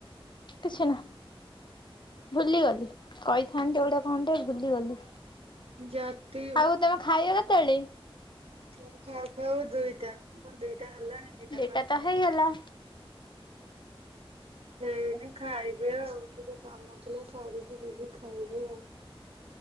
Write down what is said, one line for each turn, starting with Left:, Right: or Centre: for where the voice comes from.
Left: କିଛି ନା ଭୁଲିଗଲି। କହିଥାନ୍ତି ଗୋଟେ କଣ ଟେ ଭୁଲିଗଲି।
Right: ଜାତି
Left: ଆଉ ତମେ ଖାଇବ କେତେବେଳେ?
Right: ଆମର ଖାଉ ଖାଉ ଦୁଇଟା। କଣ ଦୁଇଟା ହେଲାଣି? ଦୁଇଟା
Left: ଦିଟା
Right: ବା
Left: ତ
Right: ହେଇନି।
Left: ହେଇଗଲା
Right: ହୁଁ, ମୁଁ ଖାଇବି ଆଉ। ଟିକେ କାମ ଥିଲା ସାରିକି ଯିବି ଖାଇବି ଆଉ।